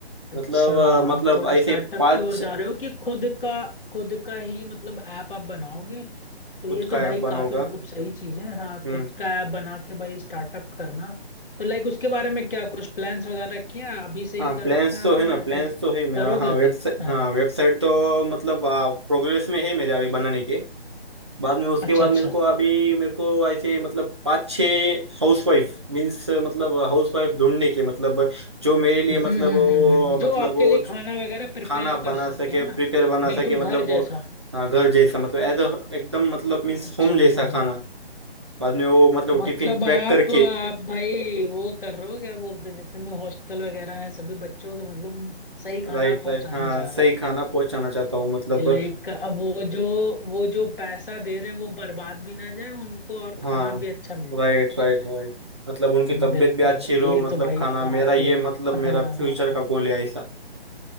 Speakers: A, on the left (about 55°); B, on the right (about 25°).
A: अच्छा
B: मतलब अ,
A: आप
B: मतलब
A: थोड़ा स्टार्टअप
B: ऐसे पांच
A: की ओर जा रहे हो कि खुद का खुद का ही मतलब ऐप आप बनाओगे तो
B: खुद
A: ये
B: का
A: तो भाई
B: ऐप बनाऊंगा
A: काफी मतलब सही चीज है हाँ
B: हम्म
A: खुद का ऐप बना के भाई स्टार्टअप करना तो लाइक उसके बारे में क्या कुछ प्लान्स वगैरह किए हैं? अभी से
B: हाँ
A: ही कर
B: प्लान्स
A: रखे हैं
B: तो
A: आपने
B: है ना
A: या
B: प्लान्स
A: फिर
B: तो है मेरा
A: करोगे
B: हाँ
A: अभी
B: वेबसाइट
A: हाँ
B: हाँ
A: हाँ
B: वेबसाइट तो मतलब प्रोग्रेस में है मेरे अभी बनाने के बाद में उसके
A: अच्छा
B: बाद
A: अच्छा
B: मेरे को अभी मेरे को ऐसे मतलब पाँच छः हाउसवाइफ मीन्स मतलब हाउसवाइफ ढूंढने के मतलब जो मेरे लिए
A: हम्म
B: मतलब
A: हम्म
B: वो
A: हम्म हम्म। हम्म। जो
B: मतलब
A: आपके
B: वो
A: लिए खाना
B: जो
A: वगैरह प्रिपेयर
B: खाना
A: कर
B: बना
A: सके
B: सके
A: है
B: प्रिपेयर
A: ना
B: बना
A: बिल्कुल
B: सके मतलब
A: घर जैसा
B: वो अ, घर जैसा मतलब एज एकदम मतलब मीन्स
A: अच्छा
B: होम जैसा
A: हाँ
B: खाना बाद में वो मतलब
A: मतलब
B: टिफिन पैक
A: आप
B: करके
A: आप भाई वो कर रहे हो क्या बोलते हैं जितने भी हॉस्टल वगैरह हैं सभी बच्चों के मतलब सही खाना
B: राइट
A: पहुंचाना
B: राइट हाँ
A: चाह
B: सही
A: रहे हो
B: खाना पहुंचाना चाहता हूँ मतलब
A: ये लाइक अब वो जो वो जो पैसा दे रहे हैं वो बर्बाद भी ना जाए उनको और
B: हाँ
A: खाना भी अच्छा मिल
B: Right
A: जाए
B: right right मतलब उनकी तबीयत
A: बिल्कुल
B: भी अच्छी
A: भाई
B: रहो
A: ये
B: मतलब
A: तो भाई
B: खाना
A: काफी
B: मेरा ये मतलब
A: हाँ
B: मेरा फ्यूचर
A: हाँ हाँ
B: का गोल है ऐसा